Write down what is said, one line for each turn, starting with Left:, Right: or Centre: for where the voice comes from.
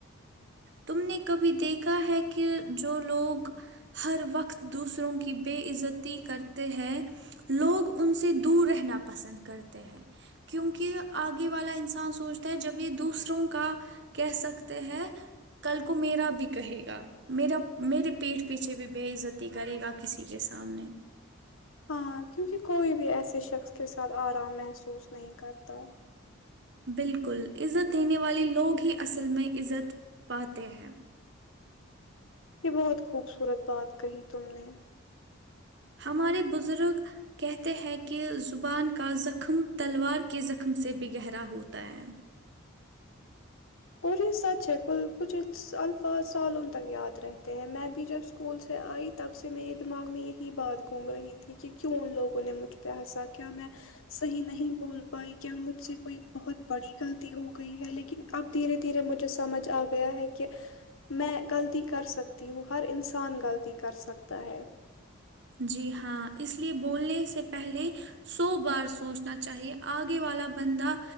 Right: تم نے کبھی دیکھا ہے کہ جو لوگ ہر وقت دوسروں کی بے عزتی کرتے ہیں لوگ ان سے دور رہنا پسند کرتے ہیں کیونکہ آگے والا انسان سوچتا ہے جب یہ دوسروں کا کہہ سکتے ہیں کل کو میرا بھی کہے گا میرا میرے پیٹ پیچھے بھی بےعزتی کرے گا کسی کے سامنے
Left: ہاں کیونکہ کوئی بھی ایسے شخص کے ساتھ آرام محسوس نہیں کرتا
Right: بالکل عزت دینے والے لوگ ہی اصل میں عزت پاتے ہیں
Left: یہ بہت خوبصورت بات کہی تم نے
Right: ہمارے بزرگ کہتے ہیں کہ زبان کا زخم تلوار کے زخم سے بھی گہرا ہوتا ہے
Left: اور یہ سچ ہے کل کچھ الفاظ سالوں تک یاد رہتے ہیں میں بھی جب اسکول سے آئی تب سے میرے دماغ میں یہی بات گھوم رہی تھی کہ کیوں ان لوگوں نے مجھ پہ ہنسا کیا میں صحیح نہیں بول پائی کیا مجھ سے کوئی بہت بڑی غلط ہو گئی ہے لیکن اب دھیرے دھیرے مجھے سمجھ آ گیا ہے کہ میں غلطی کر سکتی ہوں ہر انسان غلطی کر سکتا ہے
Right: جی ہاں اس لیے بولنے سے پہلے سو بار سوچنا چاہیے آگے والا بندہ